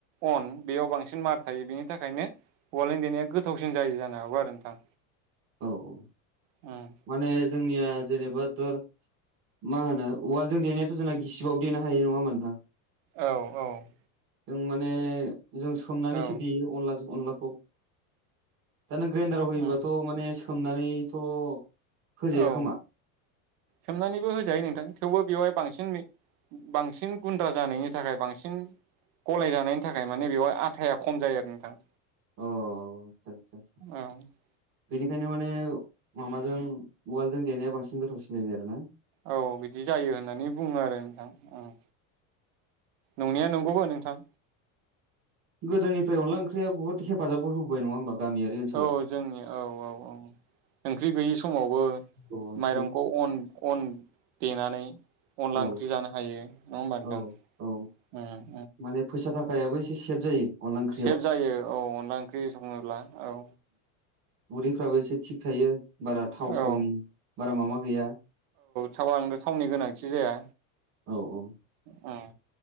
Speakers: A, on the right; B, on the right.
A: अन बेयाव बां बांसिन मार थायो बेनि थाखायनो औवालजों देनाया गोथावसिन जायो जानो हागौ आरो नोंथां।
B: औ औ।
A: उम
B: माने जोंनिया जेनेबा थर मा होनो उवालजों देनायाथ' जोंना गिसिबाबो देनो हायो नङा होनबा नोंथां?
A: औ औ।
B: जों माने जों सोमनानैसो
A: औ
B: देयो अनलाजो अनला खौ दा नों ग्रेन्दाराव होयोबाथ'
A: उम
B: माने सोमनानैथ' होजाया
A: औ
B: खोमा
A: सोमनानैबो होजायो नोंथां थेवबो बेवहाय बांसिन मि बांसिन गुन्द्रा जानायनि थाखाय बांसिन गलाय जानायनि थाखाय माने बेवहाय आथाया खम जायो आरो नोंथां
B: अ आतसा सा आतसा आतसा
A: औ
B: बेनिखायनो माने माबाजों उवालजों देनाया बांसिन गोथावसिन जायो आरो ना
A: औ बिदि जायो होननानै बुङो आरो नोंथां ओं नंनाया नंगौबो नोंथां
B: गोदोनिफ्राय अनला ओंख्रिया बुहुत हेफाजाबबो होबोबाय नङा होमबा गामियारि ओनसोलाव
A: औ जोंनि औ औ औ ओंख्रि गैयि समावबो
B: औ ओंख्रि
A: माइरंखौ अन अन देनानै अनला
B: औ
A: ओंख्रि जानो हायो नङा होनबा नोंथां
B: औ औ
A: ओम
B: माने फैसा थाखा याबो एसे सेब जायो अनला ओंख्रियाव
A: सेभ जायो औ अनला ओंख्रि सङोब्ला औ
B: उदैफ्राबो एसे थिग थायो बारा थाव
A: औ
B: सावनि बारा मामा गैया
A: थावा नोंगो थावनि गोनांथि जाया
B: औ औ
A: ओम